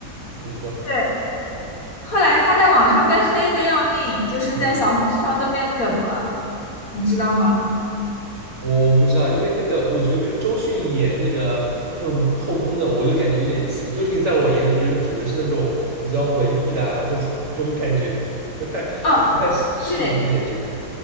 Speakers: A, on the right (about 50°); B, on the left (about 60°).
A: 你说。
B: 对，后来他在网上被黑的要命，就是在小红书上都变梗了，
A: 嗯。
B: 你知道吗？
A: 我我不知道，因为那个我觉得就是周迅演那个这种后宫的，我就感觉有点奇怪。周迅在我眼里就是只能是那种比较文艺的啊，这种 <laughs> 这种感觉，不太
B: 哦，
A: 不太适适应她演这个。
B: 对，